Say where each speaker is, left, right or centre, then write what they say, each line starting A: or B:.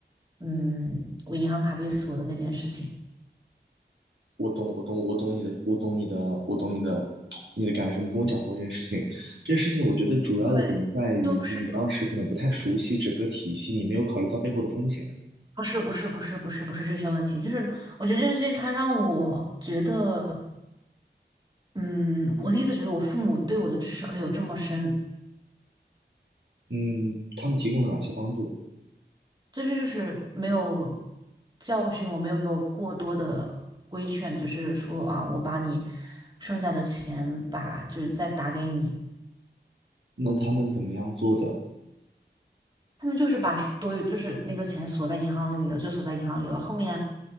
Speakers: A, on the right (about 25°); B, on the right (about 75°).
A: 嗯，我银行卡被锁的那件事情。
B: 我懂，我懂，我懂你的，我懂你的，我懂你的，你的感受。你跟我讲过这件事情，这件事情我觉得主要的点在于你当时可能不太熟悉整个体系，
A: 对，就是
B: 你没有考虑到背后的风险。
A: 不是不是不是不是不是这些问题，就是我觉得这件事情它让我觉得，嗯，我第一次觉得我父母对我的支持可以有这么深，
B: 嗯，他们提供了哪些帮助？
A: 这就是就是没有教训我，没有给我过多的规劝，就是说啊，我把你剩下的钱把就是再打给你，
B: 那他们怎么样做的？
A: 他们就是把多余就是那个钱锁在银行里了，就锁在银行里了。后面